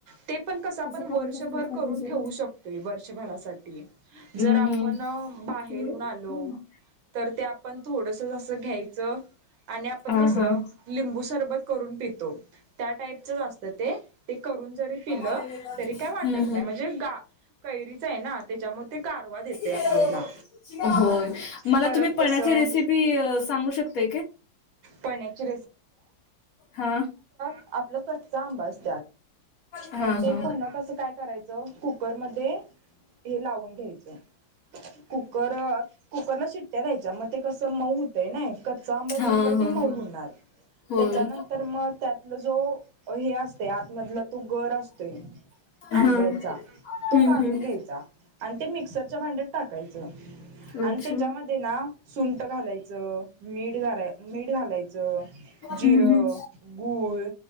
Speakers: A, on the right (about 85°); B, on the left (about 65°).
A: ते पण कस
B: तसं
A: वर्षभर
B: करायचं असतील पनीर
A: करून
B: जरी
A: ठेवू शकतोय साठी जर
B: हम्म,
A: आपण
B: हम्म.
A: बाहेरून
B: केले हं.
A: आलो तर त्या आपण थोडस जसं घ्यायचं आणि आपण
B: हां,
A: कसं
B: हां.
A: लिंबू सरबत करून पितो त्या टाईप च असत ते, ते करून जरी पिलं
B: हम्
A: तरी काय वाटत नाही म्हणजे गा कैरीच आहे ना त्याच्यामुळे ते गारवा देते आपल्याला
B: ह् होय मला
A: परत
B: तुम्ही पण्याची
A: कसं
B: रेसिपी सांगू शकता
A: पण्याची
B: हा
A: आपला कच्चा अंबास
B: हा
A: मग ते
B: हा.
A: पण कस काय करायचं कुकर मध्ये हे लावून घ्यायच कुकर कुकरला शिट्ट्या द्यायच्या मग ते कसं मऊ होतंय ना कच्चा आंब्यात
B: हा
A: म्हंटलं ते
B: हा
A: मऊ
B: हा
A: होणार
B: होय.
A: त्याच्यानंतर मग त्या जो हे असतं आतमधला तो गर असतो आंब्यांचा
B: हा
A: तो
B: हम्म
A: काढून
B: हम्म
A: घ्यायचा आणि ते मिक्सरच्या भांड्यात टाक कायचं
B: अच्छा.
A: आणि त्याच्या मध्ये ना सुल आटं घालायचं मीठ घालाय मीठ घालायचं जिरं
B: हम्म हम्म
A: गुळ